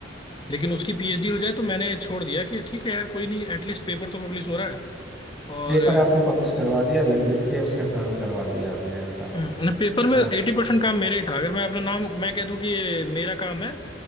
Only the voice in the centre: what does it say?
पेपर आपने पब्लिश करवा दिया लग भिड़ के उसका काम करवा दिया आपने ऐसा
है ना